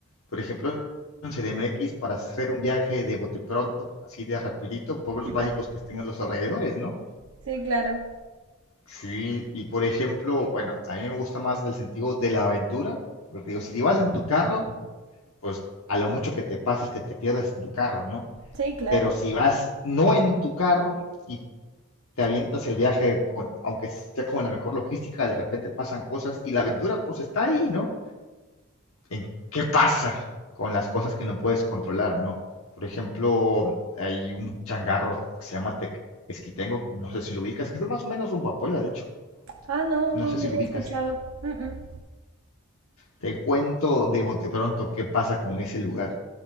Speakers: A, on the left; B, on the right.
A: Por ejemplo, en CDMX para hacer un viaje de bote pronto, así de rapidito, pueblos
B: <laughs>
A: mágicos que estén en los alrededores, ¿no?
B: Sí, claro.
A: Sí, y por ejemplo, bueno, a mí me gusta más el sentido de la aventura, porque digo, si vas en tu carro, pues a lo mucho que te pases que te pierdas en tu carro, ¿no?
B: Sí, claro.
A: Pero si vas no en tu carro y te avientas el viaje, con, aunque sea con la mejor logística, de repente pasan cosas y la aventura pues está ahí, ¿no? ¿En qué pasa con las cosas que no puedes controlar, ¿no? Por ejemplo, hay un changarro que se llama Tequesquitengo, no sé si lo ubicas, que es más o menos rumbo a Puebla, de hecho,
B: Ah, no, no,
A: no sé
B: no
A: si
B: había
A: lo ubicas.
B: escuchado. Mm, mm.
A: Te cuento de bote pronto qué pasa con ese lugar.